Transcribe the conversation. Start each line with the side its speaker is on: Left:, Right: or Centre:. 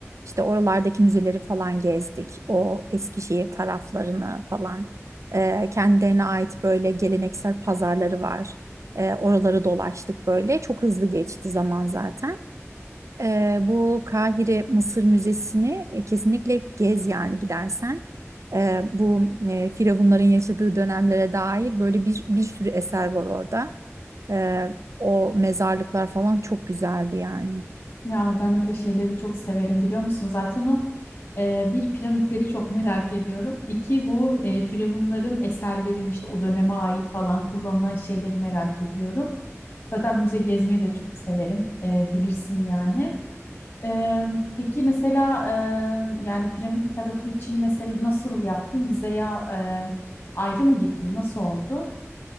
Right: İşte oralardaki müzeleri falan gezdik. O Eskişehir taraflarını falan. Ee, kendilerine ait böyle geleneksel pazarları var. Ee, oraları dolaştık böyle. Çok hızlı geçti zaman zaten. Ee, bu Kahire Mısır Müzesi'ni e, kesinlikle gez yani gidersen. Ee, bu e, firavunların yaşadığı dönemlere dair böyle bir, bir sürü eser var orada. Ee, o mezarlıklar falan çok güzeldi yani.
Left: Ya ben öyle şeyleri çok severim biliyor musun? Zaten o e, bir piramitleri çok merak ediyorum. İki bu e, firavunların eserlerin işte o döneme ait falan kullanılan şeyleri merak ediyorum. Zaten müze gezmeyi de çok severim. E, bilirsin yani. Eee, peki mesela eee, yani piramit tarafı için mesela nasıl yaptın? Gize'ye eee, ayrı mı gittin? Nasıl oldu?